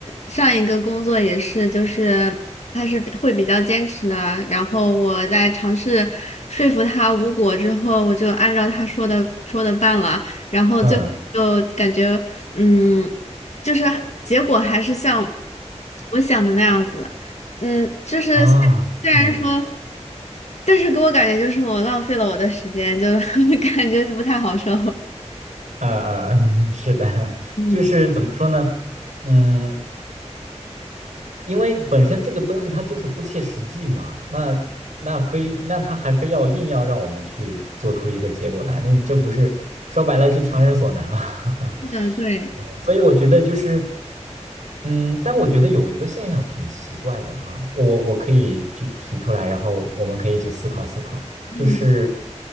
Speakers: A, on the left; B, on the right.
A: 上一个工作也是，就是他是比会比较坚持啊。然后我在尝试说服他无果之后，我就按照他说的说的办了，然后就就感觉，
B: 嗯
A: 嗯，就是结果还是像我想的那样子，嗯，就是虽虽然说，
B: 啊，嗯，
A: 但是给我感觉就是我浪费了我的时间，就 <laughs> 感觉就不太好受，
B: 啊啊嗯是的，<laughs>
A: 嗯。
B: 就是怎么说呢？嗯，因为本身这个东西它就是不切实际嘛，那那非那他还非要硬要让我们去做出一个结果来，那你这不是说白了是强人所难啊？
A: 是的，
B: <laughs>
A: 对，
B: 所以我觉得就是，嗯，但我觉得有一个现象挺奇怪的哈，我我可以去提出来，然后我们可以一起思考思考，就是
A: 嗯